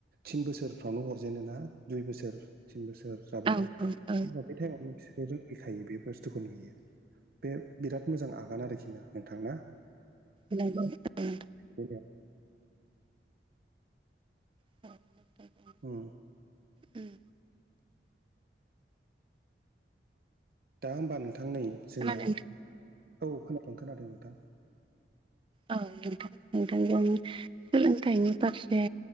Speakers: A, on the right; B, on the right.
A: थिन बोसोरफ्रावनो हरजेनो ना दुइ बोसोर थिन बोसोर जाबानो
B: औ
A: होमबा
B: औ औ
A: बे टाइमाव <unintelligible> खायो बे बुस्थुखौ नुयो बे बिराद मोजां आगान आरोखि ना नोंथां ना
B: नंगौ नोंथां
A: <unintelligible>
B: <unintelligible>
A: उम
B: ओम
A: दा होमबा नोंथां नै जोंना
B: खोनादों
A: औ खोनादों खोनादों नोंथां
B: औ नोंथां नोंथांजों सोलोंथाइनि फारसे